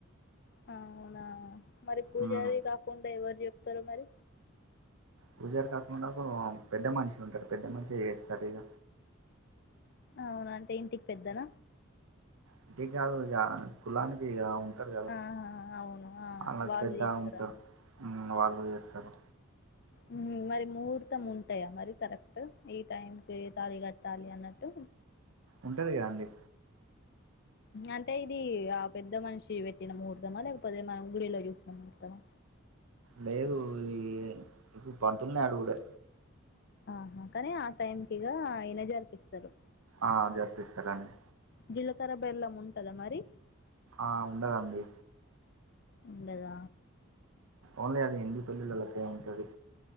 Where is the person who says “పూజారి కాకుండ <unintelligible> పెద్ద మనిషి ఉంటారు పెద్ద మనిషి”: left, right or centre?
Right